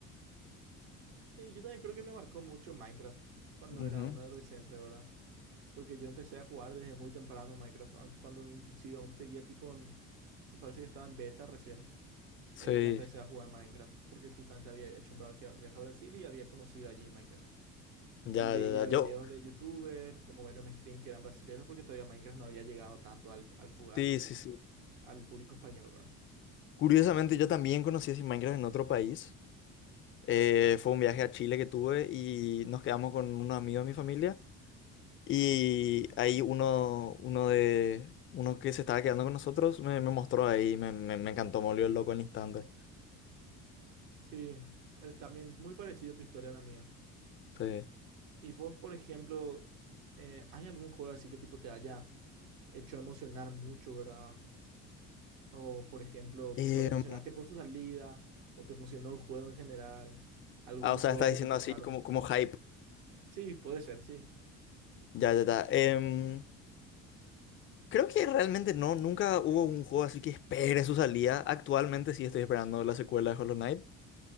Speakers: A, on the right (about 80°); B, on the left (about 35°).
A: Sí, yo también creo que me marcó mucho Minecraft cuando
B: Ujú.
A: era un adolescente, ¿verdad? Porque yo empecé a jugar desde muy temprano Minecraft, aun cuando inclusive aún seguía tipo en, me parece que estaba en beta recién,
B: Sí,
A: eh, ya empecé a jugar Minecraft, porque justamente había hecho un viaje un viaje a Brasil y había conocido allí Minecraft.
B: ya,
A: Y veía
B: ya, ya.
A: videos
B: Yo,
A: de youtubers, como Venom Stream, que eran brasileños, porque todavía Minecraft no había llegado tanto al, al, pu- al,
B: sí, sí, sí.
A: al público español, ¿verdad?
B: Curiosamente, yo también conocí así Minecraft en otro país. Eh, fue un viaje a Chile que tuve y nos quedamos con unos amigos de mi familia. Y ahí uno, uno de, uno que se estaba quedando con nosotros me, me mostró ahí, me, me, me encantó, me volvió loco al instante.
A: Sí, es también muy parecido tu historia a la mía.
B: Sí.
A: Y vos, por ejemplo, eh, ¿hay algún juego así que tipo te haya hecho emocionar mucho, ¿verdad? O, por ejemplo,
B: Em,
A: tipo, te emocionaste por su salida o te emocionó el juego en general. Algunos
B: ah, o sea,
A: juegos
B: está diciendo
A: que te tocaron.
B: así como, como hype.
A: Sí, puede ser, sí.
B: Ya, ya, ya. Em, creo que realmente no, nunca hubo un juego así que espere su salida. Actualmente sí estoy esperando la secuela de Hollow Knight,